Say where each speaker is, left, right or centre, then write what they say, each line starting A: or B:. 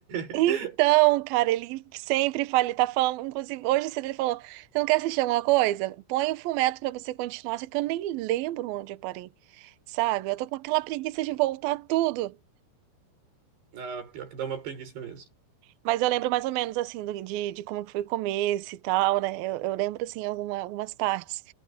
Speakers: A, on the right; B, on the right.
A: <laughs>
B: Então, cara, ele sempre fala, ele tá falando, inclusive hoje cedo ele falou, você não quer assistir alguma coisa? Põe o Fullmetal pra você continuar, só que eu nem lembro onde eu parei, sabe? Eu tô com aquela preguiça de voltar tudo.
A: Ah, pior que dá uma preguiça mesmo.
B: Mas eu lembro mais ou menos assim do- de, de como que foi o começo e tal, né? Eu, eu lembro assim alguma- algumas partes.